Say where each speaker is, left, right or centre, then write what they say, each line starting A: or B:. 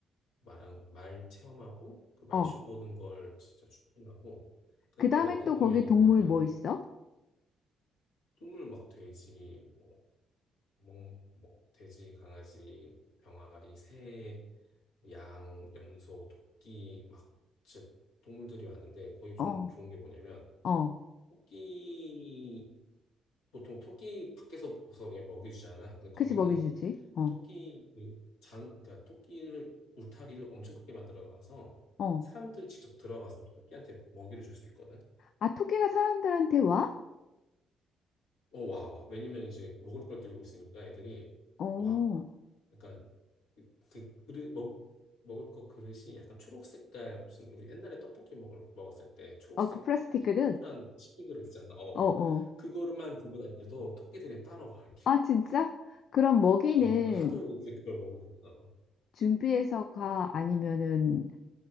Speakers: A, on the left; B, on the left.
A: 말랑 말 체험하고 그 말쇼
B: 어.
A: 보는 걸 진짜 추천하고 근데
B: 그 다음에
A: 또 어떤
B: 또
A: 공연이
B: 거기 동물
A: 있냐면
B: 뭐 있어?
A: 동물 막 돼지 뭐, 멍, 뭐 돼지 강아지 병아리 새 양, 염소, 토끼 막 진짜 동물들이 왔는데 거기 좀
B: 어,
A: 좋은 게 뭐냐면
B: 어.
A: 토끼 보통 토끼 밖에서 벗어 그냥 먹여주잖아. 근데 거기는
B: 그치, 먹여주지. 어,
A: 토끼 그 장, 그러니까 토끼를 울타리를 엄청 크게 만들어놔서
B: 어.
A: 사람들이 직접 들어가서 토끼한테 먹이를 줄 수 있거든.
B: 아, 토끼가 사람들한테 와?
A: 어, 와, 와. 왜냐면 이제 먹을 걸 들고 있으니까 애들이
B: 어,
A: 와. 약간 그, 그 그릇 먹 먹을 거 그릇이 약간 초록 색깔 무슨 우리 옛날에 떡볶이 먹을 먹었을 때 초록색
B: 어, 그 플라스틱들은
A: 그 동그란 치킨 그릇 있잖아. 어.
B: 어, 어.
A: 그거만 들고 다녀도 토끼들이 따라와 이렇게.
B: 아, 진짜? 그럼 먹이는
A: 어, 그 하도 이제 그걸 먹는 거야. 어,
B: 준비해서 가? 아니면은